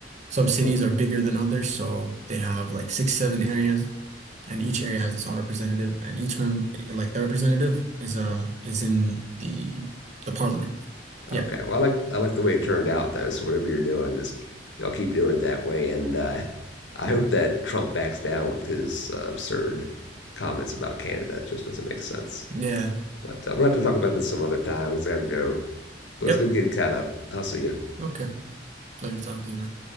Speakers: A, on the right (about 40°); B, on the left (about 80°).
A: some cities
B: Well,
A: are bigger than others, so they have like six, seven areas, and each area has its own representative, and each member, like the representative, is uh is in the the parliament. Yeah,
B: okay. Well, I like I like the way it turned out though. So whatever you're doing, just y'all keep doing it that way. And uh, I
A: yeah,
B: hope that Trump backs down with his uh, absurd comments about Canada. It just doesn't make sense.
A: yeah.
B: But uh, we'll have to talk about this some other time. We've got to go. But
A: Yep.
B: it's going to get caught up. I'll see you.
A: Okay. Pleasure talking to you, man.